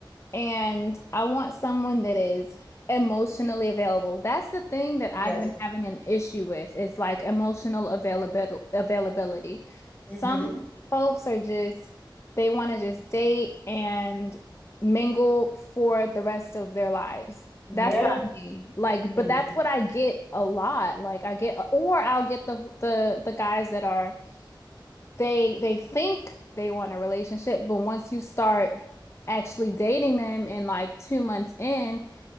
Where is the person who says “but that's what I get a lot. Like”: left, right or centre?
Left